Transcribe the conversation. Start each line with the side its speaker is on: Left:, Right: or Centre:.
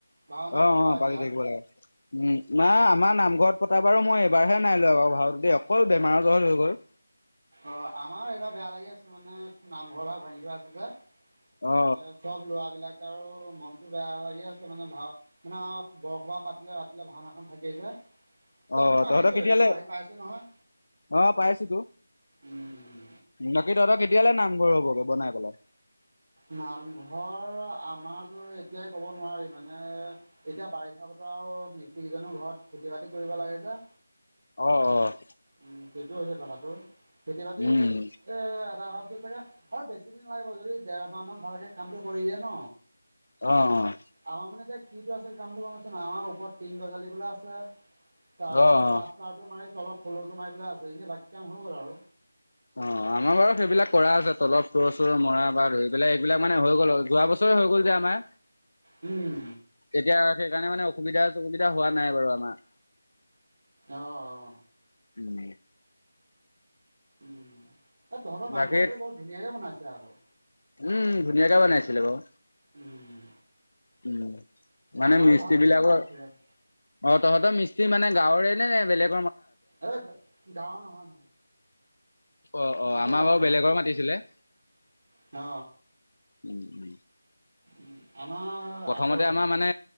Right: ভাওনা
Left: অ',
Right: সবাহ
Left: অ',
Right: এইবিলাক
Left: পাতি থাকিব লাগে, উম, মা আমাৰ নামঘৰত <unintelligible> বাৰু মই এবাৰহে নাই লোৱা বাৰু ভাওঁ দেই, অকল বেমাৰৰ জৰ হৈ গ'ল।
Right: অ', আমাৰ এইবাৰ বেয়া লাগি আছে মানে নামঘৰ ভাগ ভাঙি থোৱা আছে যে। এ,
Left: অ
Right: চব ল'ৰাবিলাক কে আৰু মনটো বেয়া লাগি আছে, মানে ভাওঁ-মানে বৰসবাহ পাতিলে ৰাতিলে ভাওঁনাখন থাকেই যে। তই
Left: অ',
Right: দেখোন
Left: তহঁতক
Right: আহিছই
Left: কেতিয়ালে,
Right: তই আহি পাইছই নহয়
Left: অ', পাইছোঁতো।
Right: উম
Left: বাকী তহঁতৰ তেতিয়ালে নামঘৰ হ'বগৈ বনাই পেলাই?
Right: নামঘৰ আমাৰতো এতিয়াই ক'ব নোৱাৰি মানে এতিয়া বাৰিষা বতৰ আৰু মিস্ত্ৰী কেইজনৰ ঘৰত খেতি-বাতি কৰিব লাগে যে
Left: অ, অ,
Right: উম সেইটো হৈছে কথাটো খেতি বাতি
Left: উম
Right: এ এটা হ হয় বেছি দিন লাগিব যদি দেৰমাহ মান ভালকে কামটো কৰি দিয়ে ন
Left: আহ, অ,
Right: আমাৰ মানে এতিয়া কিটো আছে কামটো কম আছে ন আমাৰ ওপৰত টিন গজালি বোলো আছে। তাৰপিছত
Left: অ অ।
Right: প্লাষ্টাৰটো মাৰি অলপ ফুলৰটো মাৰিবলৈ আছে এনে বাক কাম হৈ গ'ল আৰু
Left: অ আমাৰ বাৰু সেইবিলাক কৰা আছে তলপ চোৰ চোৰ মৰা বা ধৰি পেলাই এইবিলাক মানে হৈ গ'ল যোৱা বছৰ। হৈ গল দে আমাৰ
Right: উম।
Left: তেতিয়া সেইকাৰণে মানে অসুবিধা চসুবিধা হোৱা নাই বাৰু আমাৰ
Right: আহ,
Left: উম।
Right: উম এ তহঁতৰ নামঘৰটো
Left: বাকী
Right: বহুত ধুনীয়াকে বনাইছে আকৌ
Left: উম ধুনীয়াকে বনাইছিলে বাৰু
Right: উম,
Left: উম মানে
Right: আমাৰো
Left: মিস্ত্ৰী
Right: ভালকে
Left: বিলাকৰ
Right: বনাই আছে বাৰু।
Left: অ তহঁতৰ মস্ত্ৰী মানে গাঁৱৰে নে নে বেলেগ
Right: এ গাৱঁৰ নহয় নহয়
Left: অ অ
Right: আঁতৰৰ
Left: আমাৰ
Right: আঁতৰৰ
Left: বাৰু বেলেগৰ মাতিছিলে
Right: অ
Left: উম উম
Right: উ আমাৰ
Left: প্ৰথমতে
Right: আঁতৰহে
Left: আমাৰ মানে